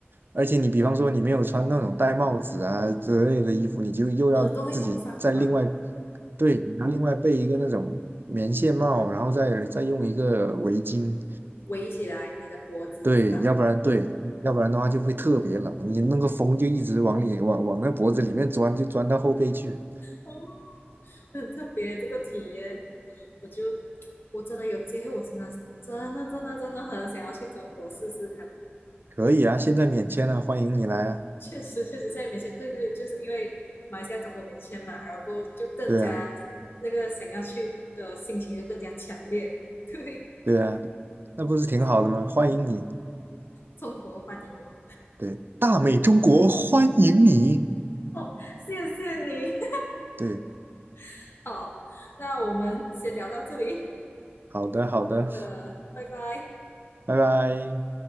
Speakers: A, on the right; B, on the left.
A: 而且你比方说你没有穿那种戴帽子啊之类的衣服，你就又要自己再另外
B: 耳朵会冻伤是吧？
A: 对，你要另外备一个那种棉线帽，然后再再用一个围巾，
B: <laughs> 围起来你的脖子是吧？
A: 对，要不然对，要不然的话就会特别冷，你那个风就一直往里往往那脖子里面钻，就钻到后背去。
B: 哦，很特别这个体验，我就我真的有机会，我真的真的真的真的很想要去中国试试看。
A: 可以啊，现在免签了，欢迎你来啊！
B: 确实确实，现在免签，对对，就是因为马来西亚中国免签嘛，然后就更加那个想要去的心情就更加强烈。
A: 对啊，
B: <laughs> 对，
A: 对啊，那不是挺好的吗？欢迎你，
B: 中国欢迎我。
A: 对，大美中国欢迎你，
B: 哦，谢谢你。
A: 对，
B: <laughs> 好，那我们先聊到这里。
A: 好的，好的，
B: 好的，拜拜。
A: 拜拜。